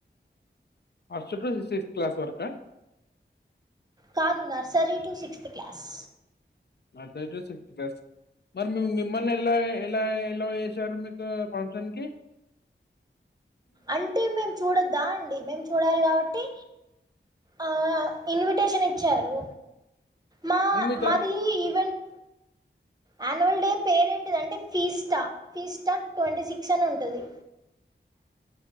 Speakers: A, on the left; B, on the right.
A: అస్ టు సిక్స్త్ క్లాస్ వరకా
B: కాదు నర్సరీ టు సిక్స్త్ క్లాస్
A: <unintelligible> మరి మిమ్మల్ని ఎలా ఎలా ఎలా చేసారు మీకు ఫంక్షన్ కి
B: అంటే మేము చూడొద్దా అండి మేము చూడాలి కాబట్టి ఆ ఇని షన్ ఇచ్చారు మా
A: మరి మీ త
B: మాది ఈవెంట్ యాన్యువల్ డే పేరేంటిదంటే ఫీస్టా ఫీస్టా ట్వంటీ సిక్స్ అని ఉంటుంది